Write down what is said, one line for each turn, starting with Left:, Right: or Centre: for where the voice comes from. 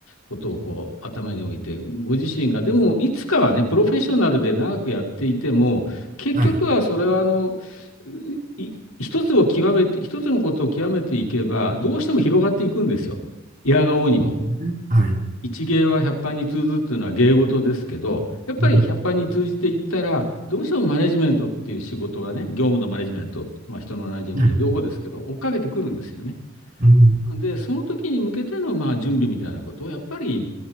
Left: ことをこう頭に置いて、ご自身が、でもいつかはね、プロフェッショナルで長くやっていても、結局はそれはあの、
Right: はい。
Left: い一つを極めて、一つのことを極めていけば、どうしても広がっていくんですよ。いやが応にも。
Right: そうですね。はい。
Left: 一芸は百般に通ずっていうのは芸事ですけど、やっぱり百般に通じていったら、
Right: うん。
Left: どうしてもマネジメントっていう仕事がね、業務のマネジメント、まあ、人のマネジメント、
Right: はい。
Left: 両方ですけど、追っかけてくるんですよね。
Right: うん。
Left: なので、その時に向けてのまあ準備みたいなことを、やっぱり